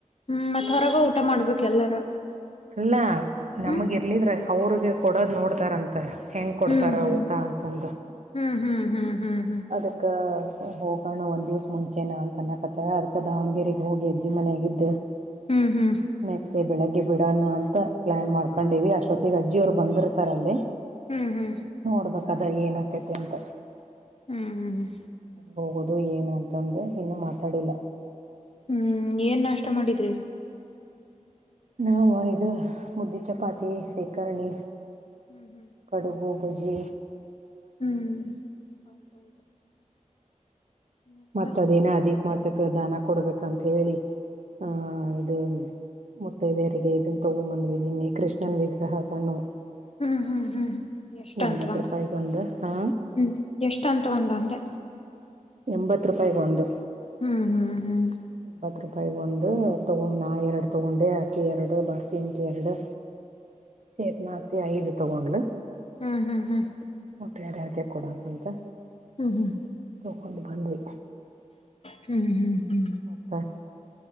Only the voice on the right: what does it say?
ಅಲ್ಲ ನಮಗ
ಇರ್ಲಿದ್ರ ಅವ್ರಿಗೆ ಕೊಡೋದ್ ನೋಡ್ತಾರಂತ ಮತ್ತ ಹೆಂಗ್ ಕೊಡ್ತಾರ
ಊಟ ಅಂತಂದು
ಅದಕ್ಕ ಹೋಗೋಣ ಒಂದ್ ದಿವ್ಸ ಮುಂಚೆನ ಅಂತ ಅನ್ನಕತ್ತ ಅದಕ ದಾವಣಗೆರೆಗೆ ಹೋಗಿಜ್ಜಿ ಮನೆಾಗ ಇದ್ದು
ನೆಕ್ಸ್ಟ್ ಡೇ ಬೆಳಗ್ಗೆ ಬಿಡೋಣ ಅಂತ ಪ್ಲಾನ್ ಮಾಡ್ಕೊಂಡಿವವಿ ಅಷ್ಟೊತ್ತಿಗೆ ಅಜ್ಜಿ ಅವರು ಬಂದಿರ್ತಾರಲ್ಲಿ
ನೋಡ್ಬೇಕದ ಏನ್ ಆಕೈತಿ ಅಂತ
ಹೋಗೋುದು ಏನು ಅಂತಂದ ಇನ್ನು ಮಾತಾಡಿಲ್ಲ
ನಾವು ಇದು ಮುದ್ದೆ ಚಪಾತಿ ಸೇಖರ್ರಣೆ
ಕಡುಗು ಬಜಿ
ಮತ್ತತ್ ಅದೇನ ಅಧಿಕ ಮಾಸಕ್ಕೆ ದಾನ ಕೊಡ್ಬೇಕಂತ ಹೇಳಿ ಆಹ ಮತ್ತೆ ಬೇರೆಗೆ ಇದನ್ ತಗೊಂಬಂದ್ವಿ ನಿನ್ನೆ ಕೃಷ್ಣನ್ ವಿಗ್ರಹ ಸಣ್ಣು
ಎಂಬತ್
ರೂಪಾಯಿಗೆ ಒಂದು ಹಾ
ಎಂಬತ್ತು ರೂಪಾಯಿಗೆ ಒಂದು
ಎಂಬತ್ತು ರೂಪಾಯಿ ಒಂದು ತಗೊ ನಾ ಎರಡು ತಗೊಂಡೆ ಅಕಿ ಎರಡು ಬರ್ತ ಅಂಕಿ ಎರಡು ಸೇತ್ನಾತಿ ಐದು ತಗೊಂಡಲು
ನ ಯಾರ್ಯ ಕೊಡಾಕ್ಂತ
ಕೊಂಡು ಬಂದ್ವಿ
ಮತ್ತೆ